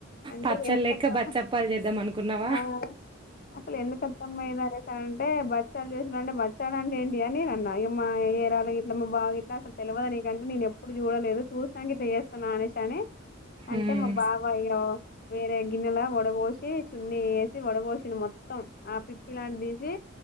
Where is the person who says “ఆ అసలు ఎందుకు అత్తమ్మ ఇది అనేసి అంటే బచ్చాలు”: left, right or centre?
Left